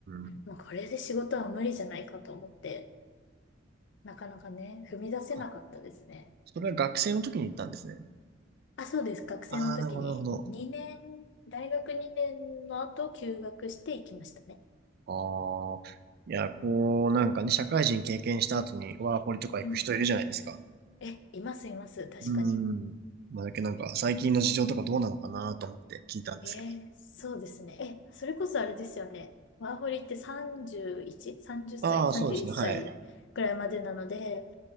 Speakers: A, on the right; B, on the left.
A: ん。
B: もうこれで仕事は無理じゃないかと思って、なかなかね、踏み出せなかったですね。
A: あ、それは学生の時に行ったんですね。
B: あ、そうです。学生の時に2年、
A: ああ、なるほど、なるほど。
B: 大学2年の後休学して行きましたね。
A: ああ。いや、こう、なんかね、社会人経験した後にワーホリとか行く人いるじゃないですか。
B: うん。え、いますいます。確かに。
A: うん。まあ、だけどなんか最近の事情とかどうなのかなと思って聞いたんですけど。
B: えー、そうですね。え、それこそあれですよね。ワーホリって 31? 30歳
A: ああ、
B: ?31
A: そうですね、はい。
B: 歳くらいまでなので、